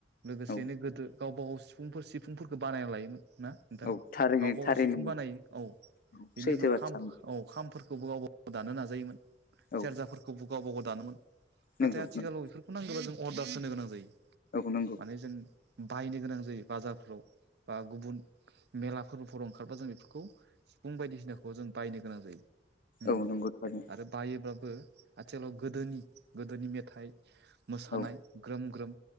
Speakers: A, on the right; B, on the left.
A: लोगोसेनो
B: औ
A: गोदो गावबा गाव सिफुंफोर सिफुंफोरखौ बानायना लायोमोन ना नोंथां
B: औ थारैनो
A: गावबा
B: थारैनो
A: गाव सिफुं
B: नंगौ।
A: बानायो औ
B: औ
A: बेनि
B: सैथो
A: उनाव
B: बाथ्रा
A: खाम
B: नंगौ।
A: औ खामफोर बो गावब गाव दानो नाजायोमोन
B: औ
A: सेरजाफोरखौबो गावबा गाव दानोमोन
B: नंगौ
A: ना आथिखालाव
B: नंगौ।
A: बेफोरखौ नांगौबा जों अर्दार होनो गोनां जायो।
B: औ नंगौ।
A: माने जों बायनो गोनां जायो बाजारफोराव बा गुबुन मेला फोरबोफोराव ओंखारबा जों बेफोरखौ सिफुं बायदिसिनाखौ जों बायनो गोनां जायो। उम्म
B: औ नंगौ थारैनो
A: आरो बायोब्लाबो आथिखालाव गोदोनि गोदोनि मेथाइ मोसानाय
B: औ
A: ग्रोम ग्रोम